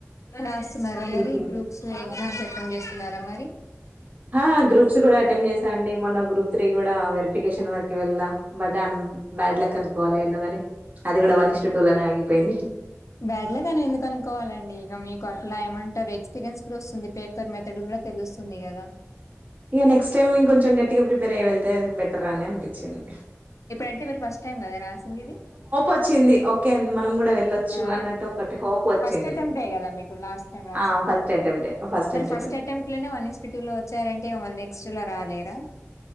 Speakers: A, on the left; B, on the right.
A: రాస్తున్నారా
B: టీచింగ్
A: మరి గ్రూప్స్ ఎగ్జామ్స్ అటెంప్ట్ చేస్తున్నారా మరి
B: ఆ గ్రూప్స్ కూడా అటెంప్ట్ చేసా అండి మొన్న త్రీ కూడా వెరిఫికేషన్ వరక్ కి వెళ్ళా బట్ అమ్ బ్యాడ్ లక్ అనుకోవాలి ఎందుకని అది కూడా వన్ ఈస్టూ టూ లోనే ఆగిపోయింది
A: బ్యాడ్ లక్ అని ఎందుకు అనుకోవాలండి ఇక మీకు అట్లా ఏమన్ పది ఎక్స్పీరియన్స్ కూడా వస్తుంది పేపర్ మెథడ్ కూడా తెలుస్తుంది కదా
B: ఇక నెక్స్ట్ టైమ్ ఇంకొంచం గట్టిగా ప్రిపేర్ అయ్యి వెళ్తే బెటర్ అని పిచ్చింది
A: అంటే మీరు ఫస్ టైమ్ కదా రాసింది ఇది
B: వచ్చింది ఓకే మనం కూడా వెళ్ళొచ్చు
A: ఆ
B: అన్నట్టు ఒకటి హోప్ వచ్చింది
A: ఫస్ట్ అటెంప్ట్ ఏ కదా మీకు లాస్ట్ టైం రాసింది
B: ఆ ఫస్ట్ అటెంప్ట్ అటెంప్ట్
A: మరి ఫస్ట్ అటెంప్ట్ లోనే వన్ ఎస్ టూ లో వచ్చారంటే మళ్ళి నెక్స్ట్ లో రాలేరా